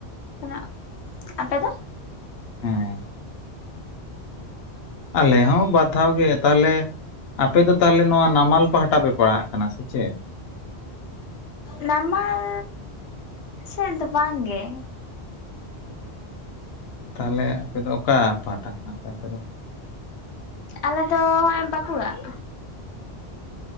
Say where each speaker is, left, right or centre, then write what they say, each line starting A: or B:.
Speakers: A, on the left (about 90°); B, on the left (about 70°).
A: <unintelligible> ᱟᱯᱮ ᱫᱚ?
B: ᱦᱮᱸ ᱟᱞᱮ ᱦᱚᱸ ᱵᱟᱨ ᱫᱷᱟᱣ ᱜᱮ ᱛᱟᱦᱚᱞᱮ ᱟᱯᱮ ᱫᱚ ᱛᱟᱦᱚᱞᱮ ᱱᱚᱣᱟ ᱱᱟᱢᱟᱞ ᱯᱟᱦᱴᱟ ᱯᱮ ᱯᱟᱲᱟᱜ-ᱟ ᱠᱟᱱᱟ ᱥᱮ ᱪᱮᱫ?
A: ᱱᱟᱢᱟᱞᱻ ᱥᱮᱫ ᱫᱚ ᱵᱟᱝ ᱜᱮ
B: ᱛᱟᱦᱚᱞᱮ ᱟᱯᱮ ᱫᱚ ᱚᱠᱟ ᱯᱟᱦᱴᱟ ᱠᱟᱱᱟ ᱯᱮ ᱟᱯᱮ ᱫᱚ?
A: ᱟᱞᱮ ᱫᱚ ᱦᱚᱸᱜᱼᱚᱭ ᱵᱟᱸᱠᱩᱲᱟ <inaudible>